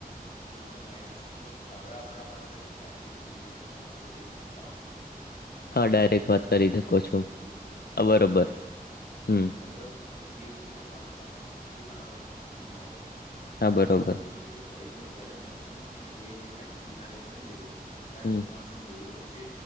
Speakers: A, on the left (about 45°); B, on the left (about 85°).
A: એકદમ રાઈટ વાત છે હવે આપણેે વાત કરીએ કે artificial intelligence robotics quantum computing, સ્માર્ટ
B: હા ડાયરેક્ટ
A: શહેરો,
B: વાત કરી
A: ભવિષ્યની
B: શકો
A: ટેકનોલોજી
B: છો
A: વિશે જાણી
B: હા
A: વાતો
B: બરોબર
A: કરી
B: હમ
A: હવે હું એ વિષય પર વાત કરવા માંગુ છું જે ઘણા લોકોના મનમાં હોય છે.
B: હા
A: ઘણા
B: બરોબર
A: લોકો પૂછે છે કે ભવિષ્યમાં જયારે મશીનો અને એઆઈ કેટલા બુદ્ધિશાળી બની જશે ત્યારે
B: હમ
A: શું માણસોની જરૂર રહેશે?